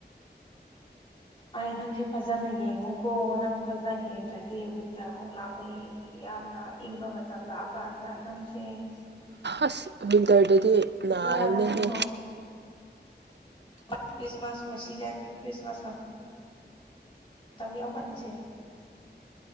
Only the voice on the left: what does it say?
ꯑꯔꯦ ꯅꯪꯁꯦ ꯐꯖꯅ ꯌꯦꯡꯉꯨꯀꯣ ꯅꯪ ꯐꯖꯅ ꯌꯦꯡꯗ꯭ꯔꯗꯤ ꯋꯤꯟꯇꯔ ꯑꯃꯨꯛ ꯂꯥꯛꯀꯅꯤ ꯌꯥꯝꯅ ꯏꯪꯕ ꯃꯇꯝ ꯂꯥꯛꯑꯀꯥꯟꯗ ꯅꯪꯁꯦ
ꯋꯥꯔꯅꯤꯀꯣ
ꯀ꯭ꯔꯤꯁꯃꯥꯁ ꯃ ꯁꯤꯖꯟ ꯈ꯭ꯔꯤꯁꯃꯁ ꯃ ꯃꯇꯝ ꯌꯥꯎꯕꯪꯁꯦ